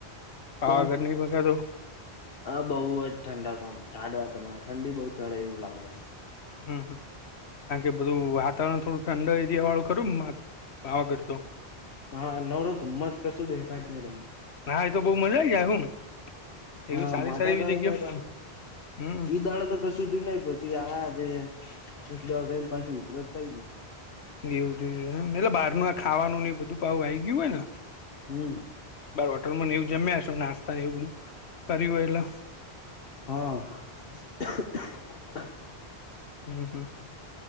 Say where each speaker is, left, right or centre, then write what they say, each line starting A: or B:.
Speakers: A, on the left (about 80°); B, on the left (about 60°).
A: પાવાગઢ
B: કોણ?
A: નહી બગાતો
B: અહ બોવજ ઠંડક આમ, ટાઢ વાય તમારે, ઠંડી બઉ ચડે, એવું લાગવા <unintelligible>
A: હમ્મ-હમ્મ. કારણ કે બધું વાતાવરણ થોડું ઠંડુ એરિયાવાળું ખરુંન, માત પાવાગઢ તો.
B: હા. નવરો ધુમ્મસ, કશું દેખાય જ નહીં તમને.
A: હા ઈ તો બઉ મજા આઈ જાય હું. એવી
B: હા.
A: સારી
B: મજા
A: સારી એવી
B: તો આઈ
A: જગ્યા
B: જાય, પણ
A: હમ
B: ઈ દહાડે તો <unintelligible> સુધું નહીં. પછી આ દે એક દાડો રઇન પાછી ઉધરસ થય ગઈ.
A: એવું થયું છે એમ! એટલે બહારનું આ ખાવાનું ને એ બધું પાહુ આઈ ગયું હોય ને.
B: હમ્મ.
A: બહાર હોટલમાંન એવું જમ્યા હશો નાસ્તા ને એવું બધું. કર્યું હોય એટલે
B: હા.
A: હમ્મ-હમ્મ.